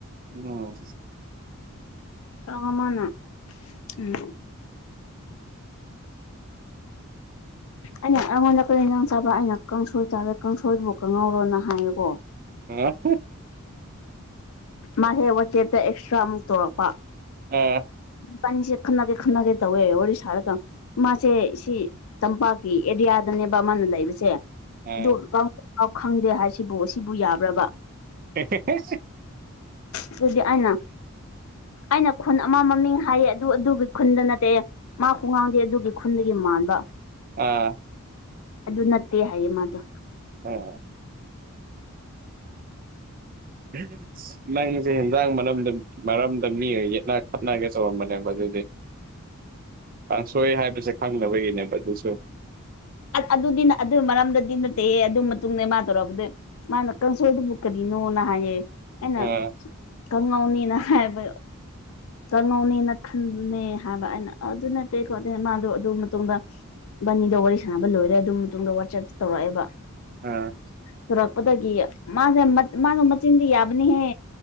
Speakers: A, on the right; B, on the left.
A: ꯎꯝ
B: ꯑꯃꯅ ꯎꯝ ꯑꯩꯅ ꯑꯩꯉꯣꯟꯗ ꯀꯔꯤ ꯅ ꯆꯥꯕ ꯑꯩꯅ ꯀꯥꯡꯁꯣꯏ ꯆꯥꯕꯦ ꯀꯥꯡꯁꯣꯏꯗꯨꯕꯨ ꯀꯪꯍꯧꯔꯣꯅ ꯍꯥꯏꯌꯦꯀꯣ
A: ꯎꯝ
B: ꯃꯥ ꯍꯦꯛ ꯋꯥꯆꯦꯞꯇ ꯑꯦꯛꯁꯇ꯭ꯔꯥꯃꯨꯛ ꯇꯧꯔꯛꯄ
A: ꯑꯣ
B: ꯄꯅꯤꯁꯦ ꯈꯟꯅꯒꯦ ꯈꯟꯅꯒꯦ ꯇꯧꯋꯦ ꯋꯥꯔꯤ ꯁꯥꯔꯒ ꯃꯥꯁꯦ ꯁꯤ ꯇꯝꯄꯥꯛꯀꯤ ꯑꯦꯔꯤꯌꯥꯗꯅꯦꯕ ꯃꯥꯅ ꯂꯩꯕꯁꯦ
A: ꯑ
B: ꯑꯗꯨꯒ ꯈꯪꯗꯦ ꯍꯥꯏꯁꯤꯕꯨ ꯑꯁꯤꯕꯨ ꯌꯥꯕ꯭ꯔꯕ
A: ꯐꯦ ꯐꯦꯁ
B: ꯑꯗꯨꯗꯤ ꯑꯩꯅ ꯑꯩꯅ ꯈꯨꯟ ꯑꯃ ꯃꯃꯤꯡ ꯍꯥꯏꯌꯦ ꯑꯗꯨ ꯈꯨꯟꯗ ꯅꯠꯇꯦ ꯃꯥ ꯍꯨ ꯉꯥꯡꯗꯦ ꯑꯗꯨꯒꯤ ꯈꯨꯟꯗꯒꯤ ꯃꯥꯟꯕ
A: ꯑ
B: ꯑꯗꯨ ꯅꯠꯇꯦ ꯍꯥꯏꯌꯦ ꯃꯥꯗꯣ
A: ꯑꯥ ꯎꯝ ꯅꯪꯁꯦ ꯍꯟꯖꯥꯡ ꯃꯔꯝ ꯃꯔꯝꯗ ꯃꯤ ꯌꯦꯠꯅ ꯐꯠꯅꯒꯦ ꯇꯧꯔꯝꯕꯅꯦꯕ ꯑꯗꯨꯗꯤ ꯀꯥꯡꯁꯣꯏ ꯍꯥꯏꯕꯁꯦ ꯈꯪꯅꯕꯒꯤꯅꯦꯕ ꯑꯗꯨꯁꯨ
B: ꯑꯗꯨꯗꯤ ꯑꯗꯨ ꯃꯔꯝꯗꯗꯤ ꯅꯠꯇꯦ ꯑꯗꯨ ꯃꯇꯨꯡꯗ ꯃꯥ ꯇꯧꯔꯕꯗꯤ ꯃꯥꯅ ꯀꯟꯁꯣꯠꯕꯨꯛ ꯀꯗꯤꯅꯣ ꯅ ꯍꯥꯏꯌꯦꯦ ꯑꯩꯅ
A: ꯑꯥ
B: ꯀꯥꯡꯉꯧꯅꯤꯅ ꯍꯥꯏꯕ ꯀꯥꯡꯉꯧꯅꯤꯅ ꯍꯥꯏꯕ ꯑꯩꯅ ꯑꯗꯨ ꯅꯠꯇꯦꯀꯣ ꯃꯥꯗꯣ ꯑꯗꯨ ꯃꯇꯨꯡꯗ ꯕꯅꯤꯗ ꯋꯥꯔꯤ ꯁꯥꯟꯅꯕ ꯂꯣꯏꯔꯦ ꯑꯗꯨꯝ ꯃꯇꯨꯡꯗ ꯋꯥꯠꯆꯦꯞꯇ ꯇꯧꯔꯛꯑꯦꯕ
A: ꯎꯝ
B: ꯁꯨꯔꯛꯄꯗꯒꯤ ꯃꯥꯁꯦ ꯃꯥꯁꯦ ꯃꯆꯤꯟꯗꯤ ꯌꯥꯕꯅꯤꯍꯦ